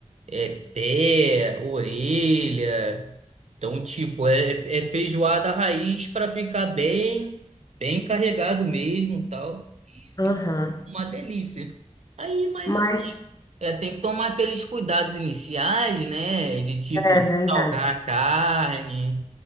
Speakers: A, on the right; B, on the left.
A: É pé, orelha. Então, tipo, é, é feijoada raiz para ficar bem, bem carregado mesmo, tal. E
B: aham.
A: fica uma delícia. Aí, mas
B: Mas
A: assim, é, tem que tomar aqueles cuidados iniciais, né? De tipo,
B: é
A: de
B: verdade.
A: salgar a carne.